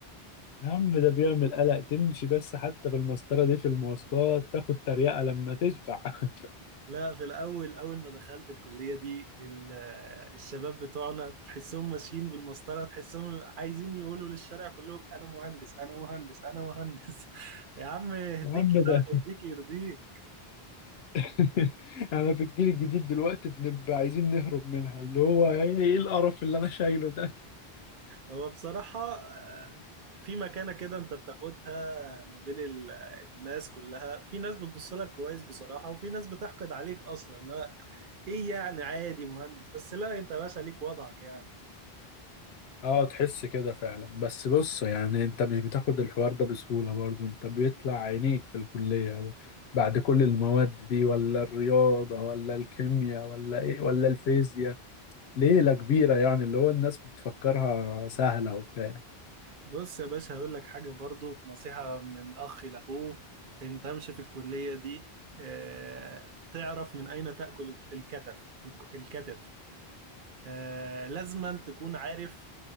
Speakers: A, on the left; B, on the right.
A: <laughs> يا عم ده بيعمل قلق تمشي بس حتى بالمسطرة دي في المواصلات تاخد تريقة لما تشبع <laughs>
B: لا في الأول أول ما دخلت الكلية دي ال- آه، الشباب بتوعنا تحسهم ماشيين بالمسطرة تحسهم عايزين يقولوا للشارع كلهم أنا مهندس أنا مهندس أنا مهندس <laughs> يا عم يهديك
A: يا عم
B: يا
A: ده
B: يهديك يرضيك
A: <laughs> انا في الجيل الجديد دلوقتي بنبقى عايزين نهرب منها اللي هو ايه إيه القرف اللي انا شايله ده
B: هو بصراحة آه، في مكانة كده أنت بتاخدها ما بين ال- آه، الناس كلها في ناس بتبص لك كويس بصراحة وفي ناس بتحقد عليك أصلا لا إيه يعني عادي مهندس بس لا أنت يا باشا ليك وضعك يعني
A: اه تحس كده فعلا بس بص يعني انت مش بتاخد الحوار ده بسهولة برضو انت بيطلع عينيك في الكلية بعد كل المواد دي ولا الرياضة ولا الكيمياء ولا ايه ولا الفيزياء ليلة كبيرة يعني اللي هو الناس بتفكرها سهلة وبتاع
B: بص يا باشا هقول لك حاجة برضو نصيحة من أخ لأخوه أنت امشي في الكلية دي آه، تعرف من أين تأكل الكتف الكتف آه، لازما تكون عارف